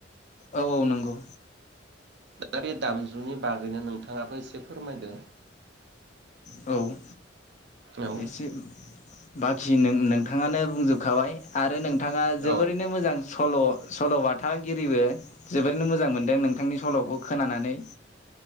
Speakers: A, on the left; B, on the right.
A: औ नंगौ
B: दा बे दामजुनि बागैनो नोंथाङाबो एसे फोरमायदो।
A: औ
B: औ
A: एसे बाखि नों नोंथाङानो बुंजोबखाबाय आरो नोंथाङा जोबोरैनो
B: औ
A: मोजां सल' सल' बाथागिरिबो जोबोरैनो मोजां मोनदों नों थांनि सल'खौ खोनानानै